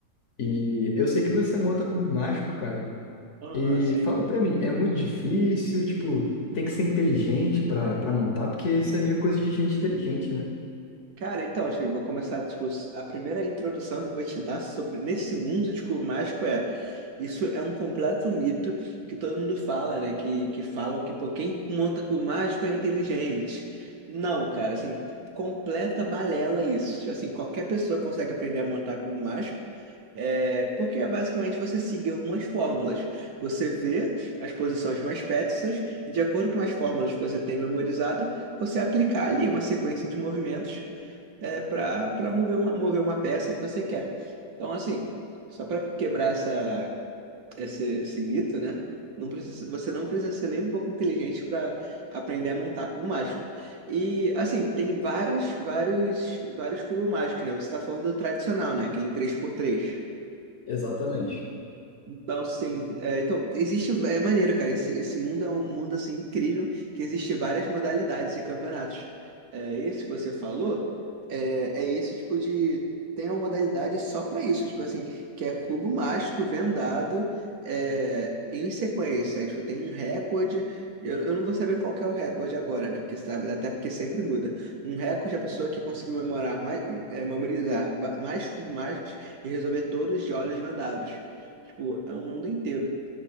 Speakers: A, on the left; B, on the right.
A: E eu sei que você monta cubo mágico, cara.
B: Aham,
A: E
B: sim.
A: fala pra mim, é muito difícil? Tipo, tem que ser inteligente pra, pra montar, porque isso é meio coisa de gente inteligente, né?
B: Cara, então, Shein, vou começar a discuss... A primeira introdução que eu vou te dar sobre nesse mundo de cubo mágico é isso é um completo mito que todo mundo fala, né? Que, que falam que pô, quem monta cubo mágico é inteligente. Não, cara, assim, completa balela isso. Assim, qualquer pessoa consegue aprender a montar cubo mágico. É, porque é basicamente você seguir algumas fórmulas. Você vê as posições mais peças e de acordo com as fórmulas que você tem memorizada, você aplicar ali uma sequência de movimentos é, para para mover uma, mover uma peça que você quer. Então, assim, só para quebrar essa, esse, esse mito, né? Não precisa, você não precisa ser nem um pouco inteligente para aprender a montar cubo mágico. E, assim, tem vários, vários, vários cubos mágicos, né? Você está falando do tradicional, né? Aquele três por três
A: Exatamente.
B: então, assim é, então, existe, é maneiro, cara, esse, esse mundo é um mundo, assim, incrível, que existe várias modalidades de campeonatos. É, esse que você falou, é, é esse tipo de, tem uma modalidade só pra isso, tipo assim, que é cubo mágico vendado é, em sequência, Aí, tipo, tem um recorde, eu, eu não vou saber qual que é o recorde agora, né, porque sabe, até porque sempre muda. Um recorde é a pessoa que conseguiu memorar mais, é, memorizar va- mais cubos mágicos e resolver todos de olhos vendados. Tipo, é o mundo inteiro.